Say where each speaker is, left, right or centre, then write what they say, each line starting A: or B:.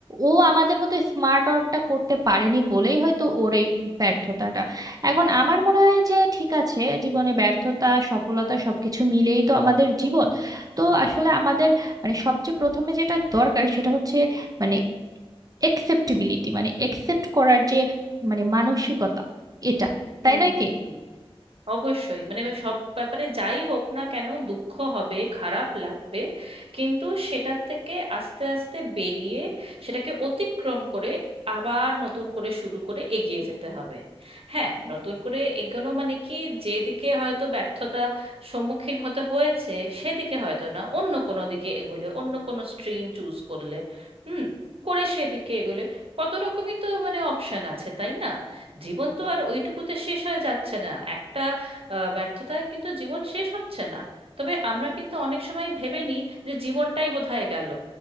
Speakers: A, on the right; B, on the right.
A: ও আমাদের মতো স্মার্ট ওয়ার্কটা করতে পারেনি বলেই হয়তো ওর এই ব্যর্থতাটা এখন আমার মনে হয় যে ঠিক আছে জীবনে ব্যর্থতা সফলতা সবকিছু মিলেই তো আমাদের জীবন তো আসলে আমাদের মানে সবচেয়ে প্রথমে যেটা দরকার সেটা হচ্ছে মানে একসেপ্টেবিলিটি মানে একসেপ্ট করার যে মানে মানসিকতা এটা
B: হুম
A: তাই নয়
B: হুম
A: কি
B: হুম অবশ্যই মানে আমি সব ব্যাপারে যাই হোক না কেন দুঃখ হবে খারাপ লাগবে কিন্তু সেটার থেকে আস্তে আস্তে বেরিয়ে সেটাকে অতিক্রম করে আবার নতুন করে শুরু করে এগিয়ে যেতে হবে হ্যাঁ নতুন করে এগোনো মানে কি যেদিকে হয়তো ব্যর্থতা সম্মুখীন হতে হয়েছে সেদিকে হয়তো না অন্য কোনো দিকে এগোলে অন্য কোনো স্ট্রিম চুজ করলে হুম করে সেদিকে এগোলে কত রকমই তো মানে অপশন আছে তাই না জীবন তো আর ওইটুকুতে শেষ হয়ে যাচ্ছে না একটা আহ, ব্যর্থতায় কিন্তু জীবন শেষ হচ্ছে না তবে আমরা কিন্তু অনেক সময় ভেবে নিই যে জীবনটাই বোধহয় গেল